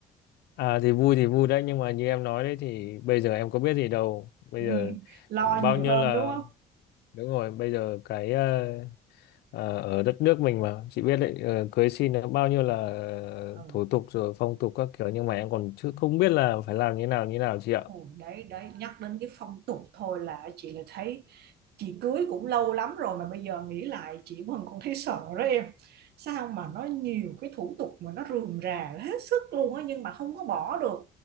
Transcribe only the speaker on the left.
À thì vui thì vui đấy, nhưng mà như em nói đấy thì bây giờ em có biết gì đâu. Bây
giờ
bao
nhiêu
là
đúng rồi, bây giờ cái ờ, Ờ, ở đất nước mình mà chị biết đấy ờ, cưới xin nó bao nhiêu là ờ,
thủ tục rồi phong tục các kiểu nhưng mà em còn chưa không biết là phải làm như nào như nào chị ạ